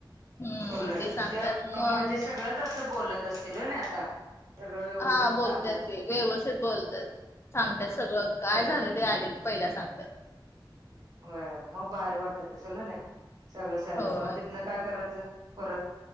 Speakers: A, on the left; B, on the right.
A: हम्म
B: उलट,
A: ते सांगतात
B: त्या
A: मग
B: म्हणजे सगळंच तसं बोलत असतील आता सगळं व्यवस्थित
A: हा बोलतात
B: सांग
A: व्यवस्थित बोलतात चाग त्या सगळं, काय
B: सगळं
A: झालं ते आले की, पहिला सांगतात
B: होय मग भारी वाटतं असेल ना सगळं शहायला
A: होय.
B: मग तिथनं काय करायचं परत